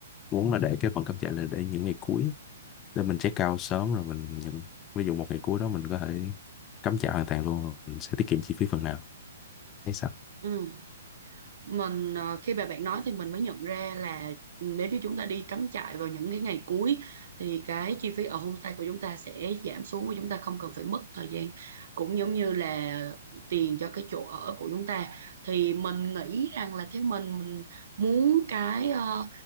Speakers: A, on the left; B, on the right.
A: muốn là để cái phần cắm trại là để những ngày cuối để mình check out sớm rồi mình nhận ví dụ một ngày cuối đó mình có thể cắm trại hoàn toàn luôn mình sẽ tiết kiệm chi phí phần nào hay sao
B: Ừ. mình ờ, khi mà bạn nói thì mình mới nhận ra là ừ, nếu như chúng ta đi cắm trại vào những cái ngày cuối thì cái chi phí ở homestay của chúng ta sẽ giảm xuống và chúng ta không cần phải mất thời gian cũng giống như là tiền cho cái chỗ ở của chúng ta thì mình nghĩ rằng là theo mình mình muốn cái ờ,